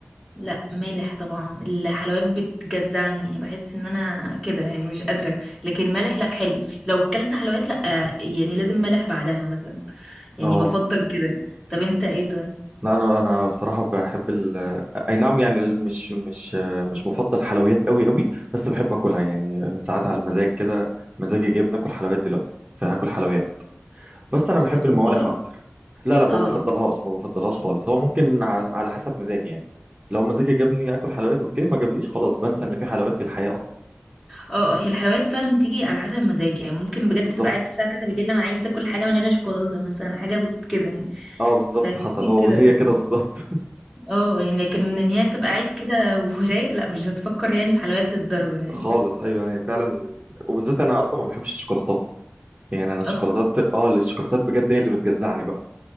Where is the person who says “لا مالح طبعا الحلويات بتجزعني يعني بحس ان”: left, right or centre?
Centre